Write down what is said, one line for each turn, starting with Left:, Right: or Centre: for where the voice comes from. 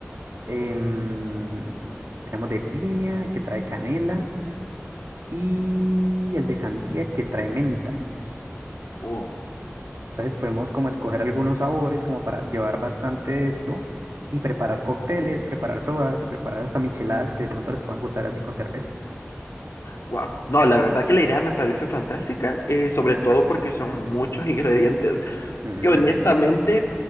Right: em, tenemos de piña que trae canela y el de sandía que trae menta.
Left: Oh,
Right: Entonces podemos como escoger algunos sabores como para llevar bastante de esto y preparar cócteles, preparar sodas, preparar hasta micheladas que de pronto les puedan gustar así con cerveza.
Left: wow. No, la verdad que la idea me pareció fantástica, eh, sobre todo porque son muchos <laughs> ingredientes
Right: Ujú,
Left: honestamente